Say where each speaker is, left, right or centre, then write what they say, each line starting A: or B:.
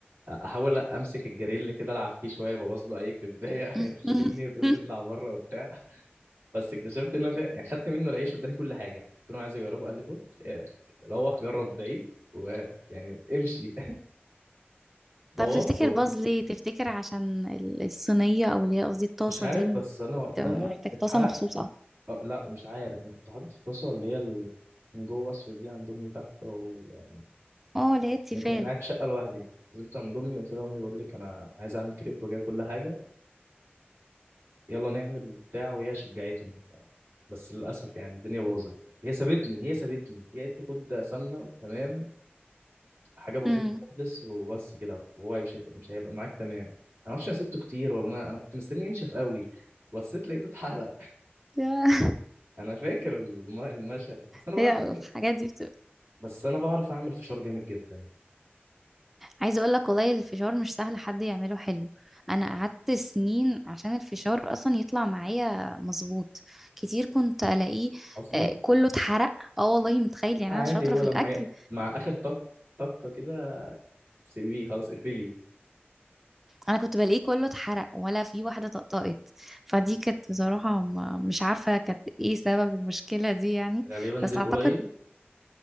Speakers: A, on the right; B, in the centre.
A: احاول امسك الجريل كده العب فيه شويه ابوظ له اي كريبايه <laughs>
B: <laughs>
A: يروح شاتمني وتقول لي اطلع بره وبتاع بس اكتشفت ان انا في- خدت منه العيش واداني كل حاجه قلت له أنا عايز اجربه قال لي خد آه، روح جرب بعيد ويعني امشي <laughs> بوظته
B: طب تفتكر باظ ليه تفتكر عشان ال- الصينية او اللي هي قصدي الطاسة
A: مش عارف
B: دي
A: بس انا وقتها
B: بت- محتاج
A: اتحرق
B: طاسة مخصوصة
A: أه لا مش عارف انا كنت حاطط في طاسه اللي هي ال- من جوه اسود دي عند امي تحت ويعني
B: اه اللي هي التيفال
A: انا كنت انا قاعد في شقه لوحدي نزلت عند امي قلت لها امي بقول لك انا عايز اعمل كريب وجايب كل حاجه يلا نعمل بتاع وهي شجعتني بس للاسف يعني الدنيا باظت هي سابتني هي سابتني هي قالت لي خد سمنه وتمام حاجه بسيطه
B: أمم.
A: خالص وبس كده وهو مش هت- مش هيبقى معاك تمام انا معرفش انا سبته كتير ولا انا انا كنت مستني ينشف قوي بصيت لقيته اتحرق
B: <laughs> يا-
A: انا فاكر الم- المشهد ده. بس انا
B: هي
A: بعرف اعمل
B: الحاجات دي بتبقى
A: بس انا بعرف اعمل فشار جامد جدا
B: عايزة اقول لك والله الفشار مش سهل حد يعمله حلو انا قعدت سنين عشان الفشار اصلا يطلع معايا مظبوط كتير كنت الاقيه
A: اصلا
B: آه، كله اتحرق اه والله متخيل يعني
A: عادي
B: انا شاطرة
A: هو
B: في
A: لما
B: الاكل
A: ي... مع اخر طق طقه كده سي في خلاص اقفلي
B: انا كنت بلاقيه كله اتحرق ولا في واحده طقطقت فدي كانت بصراحه ما- مش عارفه كانت ايه سبب المشكله دي يعني
A: غالبا
B: بس
A: زيت
B: اعتقد
A: قليل